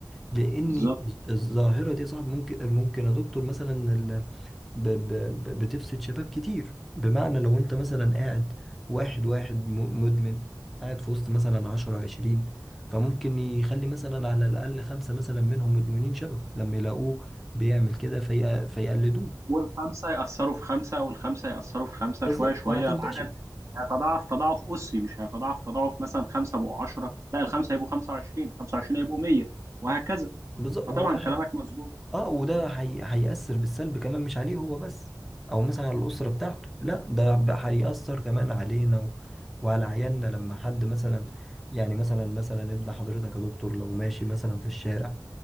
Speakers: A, in the centre; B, on the right.
A: لان
B: بالظبط
A: الظاهره دي صعب ممكن ممكن يا دكتور مثلا ال- ب- ب- ب- بتفسد شباب كتير بمعنى لو انت مثلا قاعد واحد واحد م- مدمن قاعد في وسط مثلا عشرة عشرين فممكن يخلي مثلا على الأقل خمسة مثلا منهم مدمنين شبه لما يلاقوه بيعمل كده في... فيقلدوه
B: والخمسة يأثروا في خمسة والخمسة يأثروا في خمسة
A: بالظبط
B: شوية شوية
A: فهتنتشر
B: العدد هيتضاعف تضاعف أسي مش هيتضاعف تضاعف مثلا خمسة بقوا عشرة لا الخمسة هيبقوا خمسة وعشرين خمسة وعشرين هيبقوا مية وهكذا
A: بالظبط
B: فطبعا
A: وده
B: كلامك مظبوط
A: اه وده هي... هيأثر بالسلب كمان مش عليه هو بس او مثلا على الأسرة بتاعته لا ده ب- هيأثر كمان علينا و... وعلى عيالنا لما حد مثلا يعني مثلا مثلا ابن حضرتك يا دكتور لو ماشي مثلا في الشارع